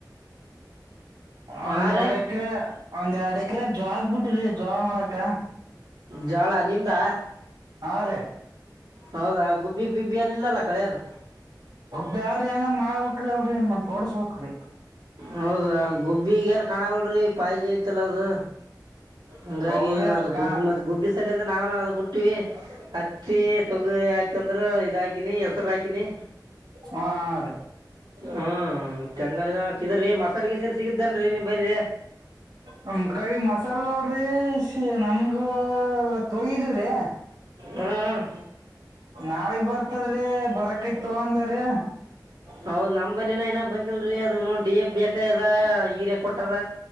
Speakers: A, on the right (about 65°); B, on the right (about 80°).
A: ಒಂದ್
B: ಹಾ
A: ಮೂರ್
B: ರೀ
A: ಎಕ್ರೆ ಒಂದ್ ಎರಡ್ ಎಕ್ರೆ ಜೋಳದ ಬಿಟೀವ್ರಿ ಜ್ವಾಲಾ ಮಾಡಕ
B: ಜ್ವಾಲಾ ನಿಮ್ದಾ
A: ಹಾ ರೇ
B: ಹೌದಾ ಗುಬ್ಬಿ ಪಿಬ್ಬಿ ಎಲ್ಲಿಲ್ಲದ ಕಳೆಯದ
A: ಬ್ಯಾರೆ ಏನ್ರಾ ಮಾಡಬೇಕ ಅಲ್ರೀ ಮತ್ತು ಹೊಡೆಸಬೇಕರಿ
B: ಹೌದಾ ಗುಬ್ಬಿಗ ಏನ್ ಕಾಣಾವಲರಿ ಪಾಯ್ಜಿ ಐತಲ್ಲ ಅದು ಹಂಗಾಗಿ
A: ಹೌದ್ರಿ
B: ಅದು
A: ಅಷ್ಟ್ ಕಾ
B: ಗುಬ್ಬಿ ಮತ್ತೆ ಗುಬ್ಬಿ ಸಲಿಂದ ನಾವನ ಅದು ಬಿಟ್ಟವಿ ಮತ್ತ ತಗ ಹಾಕಂದ್ರ ಇದ ಹಾಕಿನಿ ಹೆಸರು ಹಾಕಿನಿ
A: ಹಾ ಹಾ ರೀ
B: ಹ ಮತ್ತೇಂಗಾರ ಇದರಿ ಮಸಾಲೆ ಗೀಸಲೆ ಎಲ್ಲಿ ಸಿಗತೇನ್ರೀ ನಿಂಬಲ್ಲಿ
A: ನಮ್ ಕಡಿ ಮಸಾಲ ಸಿಗ ನಮಗೂ ಇವತ್ತ್ ಹೋಗಿದುವರಿ
B: ಹ್ಮ್
A: ನಾಳಿಗೆ ಬರ್ತದ್ರಿ ಬರಕ ಇತ ಅಂದಾರೀ
B: ಹೌದ್ ನಮ್ಮ ಬಲಿನ ಇನ್ನಾ ಬಂದಿಲ್ರಿ ಅದು ನೋಡಿ ಡಿ ಎ ಬೇಕ ಇದ ಹೀರ್ಯ ಕೊಟಾರ